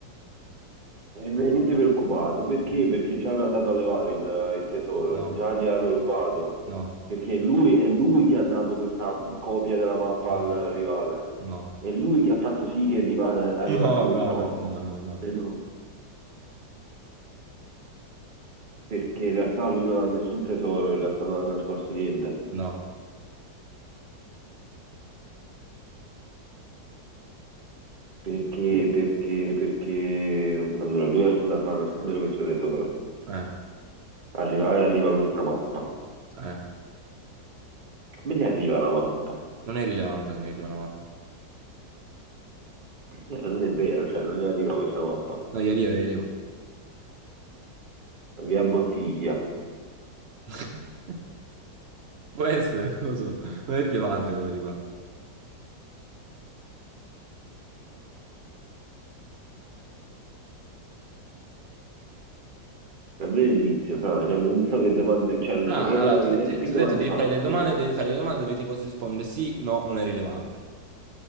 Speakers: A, on the right (about 35°); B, on the right (about 80°).
A: eh, non è niente preoccupato. Perché? Perché già hanno andato a levare il, il tesoro,
B: No.
A: già gli hanno rubato,
B: No,
A: perché lui, è lui che ha dato questa copia della mappa
B: no,
A: al
B: no,
A: rivale,
B: no,
A: è lui che ha fatto sì che il rivale- arrivasse
B: no,
A: questa
B: no,
A: mappa,
B: no, no, no,
A: Credo- perché in realtà lui non ha nessun tesoro, in realtà non ha nascosto niente.
B: no,
A: Perché, perché, perché, allora lui va a nascondere questo tesoro.
B: eh,
A: Arriva, arriva questa mappa.
B: eh,
A: Come gli arriva la mappa?
B: non è rilevante come arriva la mappa.
A: Eh, Non è vero, cioè, non gli arriva questa mappa.
B: No, gli arriva, gli arriva.
A: Via bottiglia.
B: <laughs> Può essere, non lo so, non è rilevante come arriva.
A: È vero l'inizio, fra, cioè, non so che domande, cioè, non
B: No,
A: so proprio
B: allora, tu,
A: neanche
B: ti-
A: che
B: ti
A: domande
B: ho detto devi
A: farti.
B: fare delle domande, devi fare delle domande dove ti posso rispondere sì, no, non è rilevante.